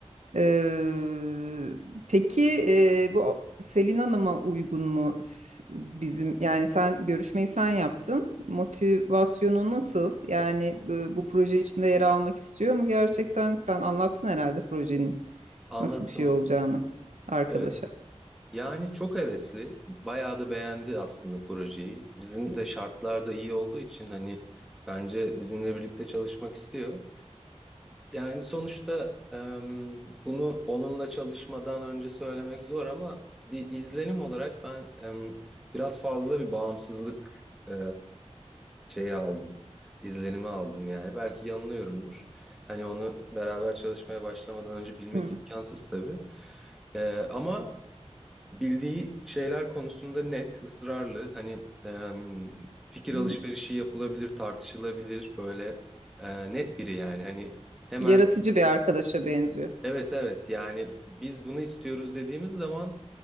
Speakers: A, on the right; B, in the centre.
A: Ee, peki e, bu Selin Hanım'a uygun mu s- bizim yani sen görüşmeyi sen yaptın. Motivasyonu nasıl? Yani bu, bu proje içinde yer almak istiyor mu gerçekten? Sen anlattın herhalde projenin
B: Anlattım
A: nasıl bir şey
B: ama.
A: olacağını arkadaşa.
B: Evet. Yani çok hevesli. Bayağı da beğendi aslında projeyi. Bizim de şartlar da iyi olduğu için hani bence bizimle birlikte çalışmak istiyor. Yani sonuçta em, bunu onunla çalışmadan önce söylemek zor ama bir izlenim olarak ben em, biraz fazla bir bağımsızlık e, şeyi aldım. izlenimi aldım yani. Belki yanılıyorumdur. Hani onu beraber çalışmaya başlamadan önce bilmek
A: Hı
B: imkansız tabii. E, ama bildiği şeyler konusunda net, ısrarlı. Hani em, fikir
A: hı.
B: alışverişi yapılabilir, tartışılabilir. Böyle e, net biri yani. Hani Hemen
A: Yaratıcı bir arkadaşa benziyor.
B: Evet evet yani biz bunu istiyoruz dediğimiz zaman